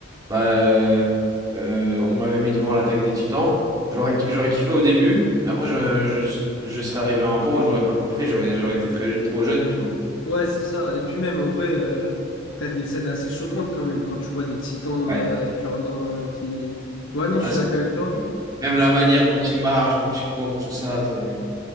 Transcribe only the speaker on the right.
bah, euh, euh, on m'avait mis devant l'attaque des Titans, j'aurais j'aurais kiffé au début, mais après, je, je, je serais arrivé à un point où j'aurais pas compris, j'aurais j'aurais été très, trop jeune, tu vois.
Ouais.
Ah,
c'est-
Même la manière dont il marche, dont il court, tout ça, c'est...